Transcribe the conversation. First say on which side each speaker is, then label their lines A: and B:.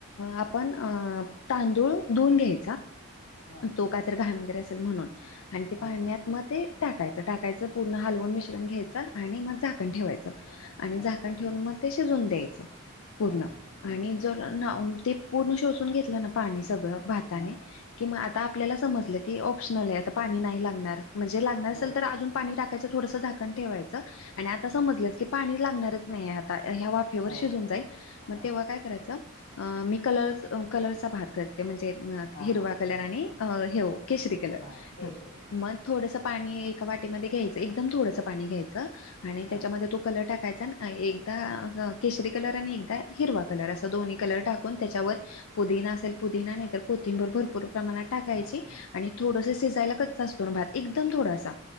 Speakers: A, on the left; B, on the left.
A: आपण तांदूळ धुून घेय
B: हां,
A: <inaudible> तो कायतर घाणेदॖ असेल म्हणून मी ते पाण्यात
B: हां,
A: म ते टाकायचं टाकायचं पूर्ण हलवून मिश्रण घ्यायच आणि मग झाकण ठेवायचं आणि
B: हां.
A: झाकण ठेवून मग ते शिजून द्यायचं पूर्ण
B: हां, हां, हां.
A: आणि जर
B: हां.
A: ते पूर्ण शोषून घेतलं ना पाणी सगळं भाताने
B: हां, हां.
A: किवा आता आपल्याला समजलं की ऑप्शनल आहे आता पाणी नाही लागणार- म्हणजे लागणार
B: हो.
A: असेल तर अजून पाणी टाकायचं थोडसं झाकण ठेवायचं आणि आता
B: हां.
A: समजलं की पाणी- लागनारेच नाहीये <inaudible> ह्या वाफेवर
B: हो.
A: शिजून जाईल मग
B: हां.
A: तेव्हा काय करायचं मी कलर कलरचा भात <inaudible> ते म्हणजे
B: हां,
A: हिरवा
B: हां.
A: कलर आणि अं ह्ये केशरी कलर
B: हां. केशरी.
A: मग थोडस- पाणी एका वाटीमध्ये घ्यायचं एकदम थोडस पाणी घ्यायचं आणि
B: हां.
A: त्याच्यामध्ये तो कलर- टाकायचा एकदा केशरी कलर आणि एकदा हिरवा कलर अस- दोन्ही कलर टाकून त्याच्यावर पुदीना असेल पुदीना नाही तर कोथिंबरूर भर- पूर प्रमाणात टाकायची
B: हां, हां, हां.
A: आणि थोडसं शिजायला कचा असतो ना भात एकदम थोडासा-